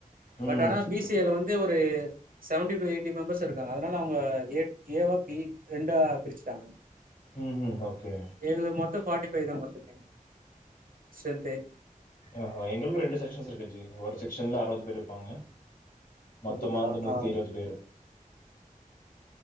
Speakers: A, on the left; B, on the right.
A: ம்
B: பட் ஆனா பி சி ஏல வந்து ஒரு செவன்டி ஃபைவ் எயிட்டி மெம்பர்ஸ் இருக்காங்க அதனால அவுங்க ஏ ஏவா பி ரெண்டா பிரிச்சிட்டாங்க
A: ம் ம் ஓகே
B: எங்ளுது மொத்தோ ஃபாட்டி ஃபைவ் தா என்னமோ ஸ்டெரென்த்தே ஸ்டெரென்த்தே
A: ஆஹா எங்களுக்கு ரெண்டு செக்க்ஷன்ஸ் இருக்கு ஜு ஒரு செக்க்ஷன்ல அறுவது பேர் இருப்பாங்க மொத்தமா
B: அப்படிங்களா
A: வந்து நூத்தி
B: ஆ
A: இருவது பேரு